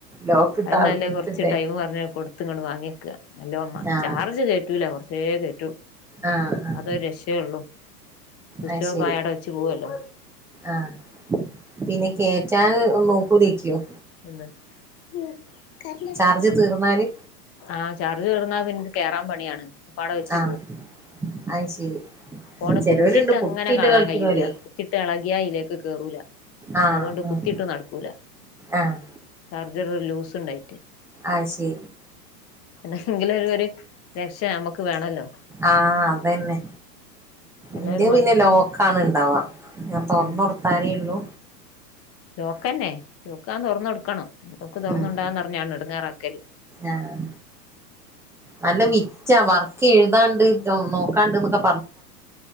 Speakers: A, in the centre; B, on the left (about 30°).
A: ലോക്കിട്ടാ
B: അഹ് ന്നാലേ
A: ഇട്ടിട്ടെ
B: കോർച്ച് ടൈം പർഞ്ഞ് കൊട്ത്ങ്ങട്ട് വാങ്ങ്യക്ക എന്റെമ്മ
A: ആഹ്
B: ചാർജ് കയറ്റൂല കൊർച്ചേ കേ
A: ആഹ് ആഹ്
B: അതൊര് രക്ഷയേ ഒള്ളൂ സുച്ചോഫായ
A: അത് ശരി
B: അവിടെ വെച്ച് പോവല്ലോ
A: ആഹ് പിന്നെ കേറ്റാൻ നോക്കൂലേയ്ക്കോ
B: എന്ത് <unintelligible>
A: ചാർജ് തീർന്നാല്
B: ആഹ് ചാർജ് തീർന്നാ പിന്നെ കേറാൻ പണിയാണ് അപ്പ ഔടെ വെച്ച്
A: ആഹ്
B: പോവും
A: അത് ശരി
B: ഫോണ്
A: ചെലോല്ണ്ട്
B: കുത്തിട്ട്
A: കുത്തിയിട്ട്
B: അങ്ങനെ കാണാൻ
A: കളിക്ക്ണോലേ
B: കഴിയൂല കുത്തിട്ട് എളകിയാ അയ്ലേക്ക് കേറൂല്ല.
A: ആഹ്
B: അതോണ്ട്
A: ആഹ്
B: കുത്തിട്ട് നടക്കൂല
A: ആഹ്
B: ചാർജറ് ലൂസ് ഇണ്ടായിട്ട്
A: അഹ്ശെ
B: എന്തെങ്കിലും ഒര് ഒര് രക്ഷ നമ്മുക്ക് വേണല്ലോ
A: ആഹ് അതനെ
B: നല്ല
A: ഇന്റെഹ്
B: ഒരു മണിക്കൂർ
A: പിന്നെ ലോക്കാണ് ഇണ്ടാവ ഞാൻ തോറന്ന്
B: ഉം
A: കൊടുത്താലെ ഒള്ളു
B: ലോക്കന്നെ ലോക്കാ തോർന്നൊട്ക്കണം ലോക്ക് തോർന്നോണ്ടാന്ന്
A: ഉം
B: പർഞ്ഞാണ്ട് എടങ്ങേറക്കല്
A: ആഹ് നല്ല വിറ്റാ വർക്ക് എഴ്താണ്ട് നോക്കാണ്ട് ന്നൊക്കെ